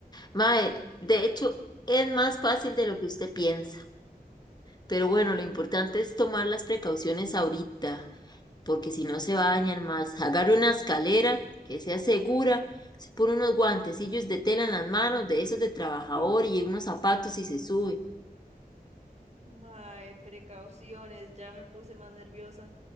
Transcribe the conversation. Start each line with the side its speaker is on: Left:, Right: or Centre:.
Left: Mae, de hecho, es más fácil de lo que usted piensa. Pero bueno,
Right: mm.
Left: lo importante es tomar las precauciones ahorita. porque si no se va a dañar más. Agarra una escalera que sea segura, se pone unos guantecillos de tela en las manos, de esos de trabajador
Right: <laughs>
Left: y unos zapatos y se sube.
Right: Mae, precauciones, ya me puse más nerviosa.